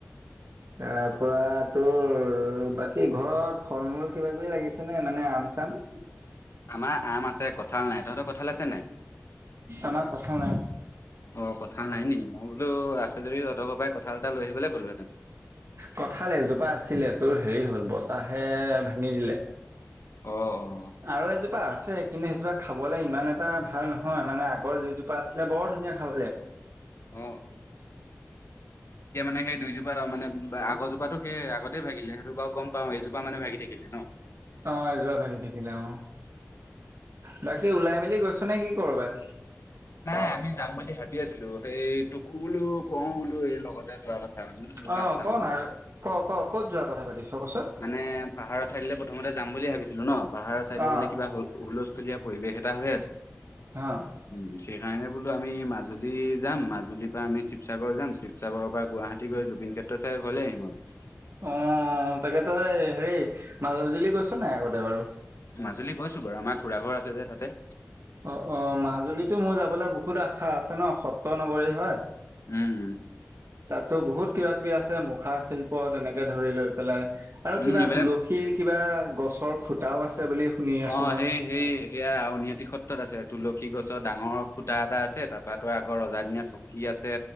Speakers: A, on the right; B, on the left.
A: তাৰ পৰা তোৰ আৰু বাকী ঘৰত ফল-মূল কিবা কিবি লাগিছে নে মানে আম -চাম?
B: আমাৰ আম আছে কঁঠাল নাই, তহঁতৰ কঁঠাল আছে নাই?
A: আমাৰ কঁঠাল নাই।
B: অ' কঁঠাল নাই নেকি, মই বোলো আছে যদি তহঁতৰ ঘৰৰ পৰাই কঁঠাল এটা লৈ আহিবলৈ ক'লো
A: কঠাল এজোপা আছিলে তোৰ হেৰি হল বতাহে ভাঙি দিলে।
B: অ' অ'।
A: আৰু এজোপা আছে। কিন্তু সেইজোপা খাবলৈ ইমান এটা ভাল নহয়, মানে আগৰ যিজোপা আছিলে বৰ ধুনীয়া খাবলে।
B: অ। এতিয়া মানে সেই দুইজোপা মানে আগৰজোপাতো সেই আগতেই ভাগিলে সেইটো বাৰু গম পাওঁ এইজোপা মানে ভাগি থাকিলে। ন
A: অ' এজোপা ভাগি থাকিলে অ'। বাকী ওলাই মেলি গৈছ নে কি কৰবালে?
B: নাই আমি যাম বুলি ভাবি আছিলোঁ সেই তোকো বোলো কওঁ বোলো এই লগতে যোৱা কথা। মানে তোৰ
A: অ'
B: পাঁচটামান
A: ক'না আৰু ক ক ক'ত যোৱা কথা পাতিছ কচোন?
B: মানে পাহাৰৰ চাইডে প্ৰথমতে যাম বুলি ভাবিছিলোঁ ন, পাহাৰৰ চাইডে
A: অ',
B: বোলে কিবা হুলস্থুলীয়া পৰিৱেশ এটা হৈ আছে।
A: অ'।
B: উম সেইকাৰণে বোলো আমি মাজুলী যাম, মাজুলীৰ পৰা আমি শিৱসাগৰ যাম, শিৱসাগৰৰ পৰা গুৱাহাটী গৈ জু বিন ক্ষেত্ৰ চায় ঘৰলৈ আহিম আৰু।
A: অ' তাকে তই হেৰি মাজলী গৈছ নাই আগতে বাৰু?
B: মাজুলী গৈছো বাৰু আমাৰ খুৰাঘৰ আছে যে তাতে।
A: অ, অ, মাজুলীতো মোৰ যাবলৈ বহুত আশা আছে ন সত্ৰ নগৰী হয়।
B: উম।
A: ত' বহুত কিবা-কিবি আছে, মুখা শিল্প তেনেকে ধৰি লৈ পেলাই। আৰু
B: উম
A: কিবা
B: এইবিলাক
A: তুলসীৰ কিবা গছৰ খুটাও আছে বুলি শুনি আছো
B: অ
A: মই।
B: সেই সেই সেয়া আউনিআটি সত আছে তুলসী গছত ডাঙৰ খুঁটা এটা আছে, তাৰপৰাতো আগৰ ৰজাদিনীয়া চকী আছে